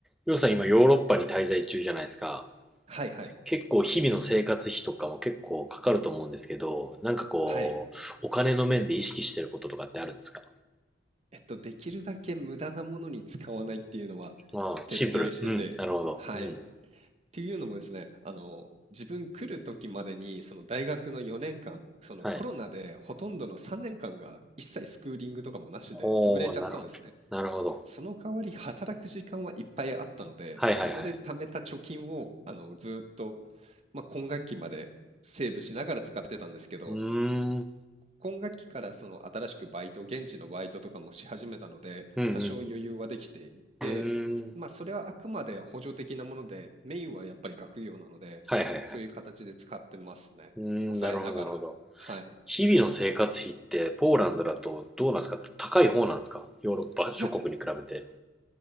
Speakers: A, in the centre; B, on the right.
A: りょうさん今ヨーロッパに滞在中じゃないですか。
B: はいはい。
A: 結構日々の生活費とかも結構かかると思うんですけど、なんかこう、
B: はい。
A: お金の面で意識してることとかってあるんですか
B: えっと、できるだけ無駄なものに使わないっていうのは
A: ああ、
B: 徹底してて、
A: シンプル。うん、なるほど。
B: はい。
A: うん。
B: っていうのもですね、あの、自分来る時までに、その大学の4年間、そのコロナでほとんどの3年間が一切スクーリングとかもなしで潰れちゃったんですね。
A: はい。ほう、なるほど。なるほど。
B: その代わり働く時間はいっぱいあったので、
A: はいはいはい。
B: そこで貯めた貯金を、あの、ずーっと、まあ、今学期までセーブしながら使ってたんですけど、
A: うーん。
B: 今学期からその新しくバイト、現地のバイトとかもし始めたので、
A: うんうん
B: 多少余裕はできていて、
A: うん。うーん。
B: まあそれはあくまで補助的なもので、メインはやっぱり学業なので、
A: はいはいはい。
B: そういう形で使ってますね。
A: うーん、
B: 抑えながら。
A: なるほどなるほど。
B: はい。
A: 日々の生活費ってポーランドだとどうなんですか高い方なんですかヨーロッパ諸国に比べて。
B: いや、